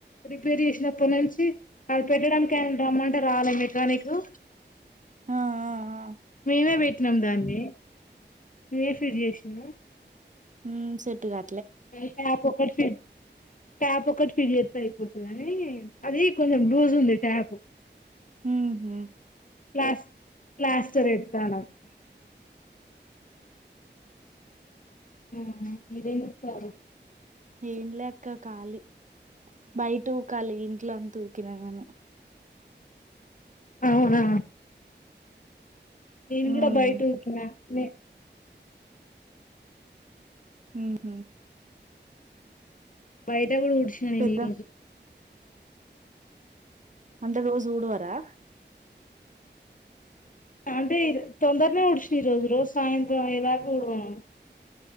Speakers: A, on the left; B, on the right.
A: రిపేర్ చేసినపనుంచీ అడ్డ పెట్టడానికి రమ్మంటే రాలేదు మెకానీకు
B: ఆ ఆ ఆ
A: మేమే పెట్టినం దాన్ని నువ్వే ఫీడ్ చేసినావు
B: హమ్ సెట్ గా
A: హెలికాపు <inaudible> ట్యాప్ ఒక్కటి <inaudible> అయిపోతదని అది కొంచెం లూజ్ ఉంది టాపు
B: ఉహు
A: ప్లాస్ ప్లాస్టరేట్ <unintelligible> ఆహ్ మీరేం చెప్తారు
B: ఏం లే క్క కాలి బయటు కలి ఇంట్లో అంతుకిన గాని
A: అవునా ఇంత
B: ఉమ్
A: బయట <inaudible> లే
B: మ్
A: <inaudible> <unintelligible> కూడా ఊడ్చిన నేను
B: పెద్ద
A: ఈ రోజు
B: అంటే రోజు ఊడువరా
A: అంటే తొందరనే ఊడ్చిరు రోజు సాయంత్రం ఎలాగో ఉడవను